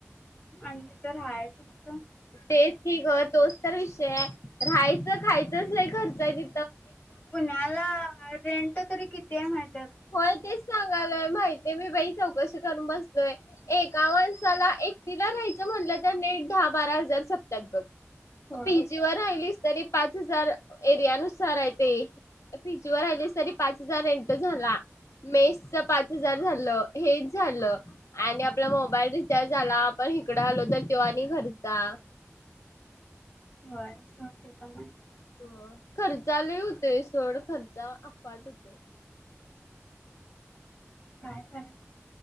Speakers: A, on the left; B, on the left.
A: आणि तिथ रहायाच कुठ?
B: तेच की ग तोच तर विषय ये राहायचं खायचंच लई खर्च ये दि
A: पुण्याला हाय रेंट. तरी किती ये माहित
B: होय तेच सांगायलोय माहित ते मी बाई चौकशी करून बसलोय एका माणसाला एकटीला रहायचं म्हंटलं तर नेट दहा बारा हजार सपत्यात बघ.
A: होय
B: पी जी वर राहायलीस तरी पाच हजार एरिया नुसार हाय ते पी जी वर राहिलीस तरी पाच हजार रेंट झाला. मेसच पाच हजार धरलं. हेच झालं आणि आपला मोबाईल रिचार्ज आला आपण हिकड आलो तर त्यो आणि घरचा.
A: व्हय कस ते पण हाय <unintelligible>
B: <unintelligible> खर्चा लइ हुतोय सोड खर्चा अफाट होतोये.
A: काय काय?